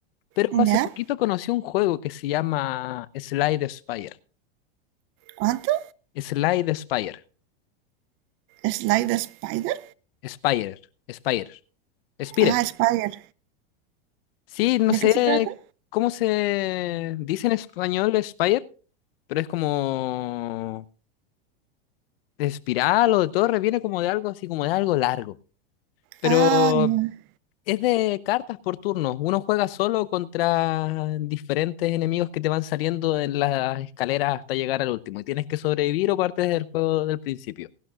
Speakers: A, on the left; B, on the right.
A: pero
B: ¿ya?
A: hace poquito conocí un juego que se llama Slide Spire.
B: ¿Cuánto?
A: Slide Spire.
B: ¿Slide the Spider?
A: Spire. Spire. Spire.
B: Ah, Spider.
A: Sí, no
B: ¿De
A: sé
B: qué se trata?
A: cómo se dice en español Spire, pero es como de espiral o de torre, viene como de algo así, como de algo largo. Pero
B: Ah, ya.
A: es de cartas por turnos. Uno juega solo contra diferentes enemigos que te van saliendo en las escaleras hasta llegar al último. Y tienes que sobrevivir o partes del juego del principio.